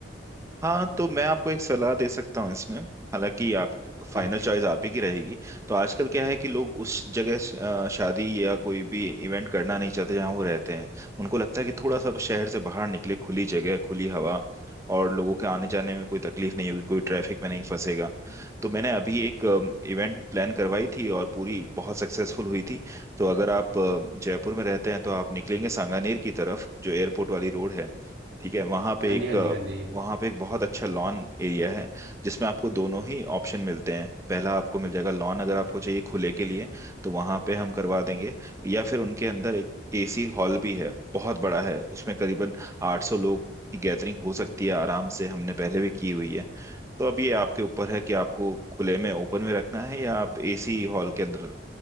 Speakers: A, on the right (about 15°); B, on the right (about 65°).
A: हाँ तो मैं आपको एक सलाह दे सकता हूँ इसमें हालांकि आप फाइनल
B: हाँ
A: चॉइस आप ही की रहेगी तो आजकल क्या है कि लोग उस जगह अ, शादी या कोई भी इवेंट करना नहीं चाहते जहाँ वो रहते हैं उनको लगता है कि थोड़ा सा शहर से बाहर निकले खुली जगह खुली हवा और लोगों के आने जाने में कोई तकलीफ नहीं होगी कोई ट्रैफिक में नहीं फंसेगा तो मैंने अभी एक इवेंट प्लान करवाई थी और पूरी बहुत सक्सेसफुल हुई थी तो अगर आप अ, जयपुर में रहते हैं तो आप निकलेंगे सांगानेर की तरफ जो एयरपोर्ट वाली रोड है ठीक है वहां पे
B: हाँ
A: एक
B: जी हाँ जी हाँ जी
A: वहाँ पे एक बहुत अच्छा लॉन एरिया है जिसमें आपको दोनों ही ऑप्शन मिलते हैं पहला आपको मिल जाएगा लॉन अगर आपको चाहिए खुले के लिए तो वहाँ पे हम करवा देंगे या फिर उनके अंदर एक एसी हॉल भी है बहुत बड़ा है उसमें करीबन 800 लोग की गैदरिंग हो सकती है आराम से हमने पहले भी की हुई है तो अब ये आपके ऊपर है कि आपको खुले में ओपन में रखना है या आप एसी हॉल के अंदर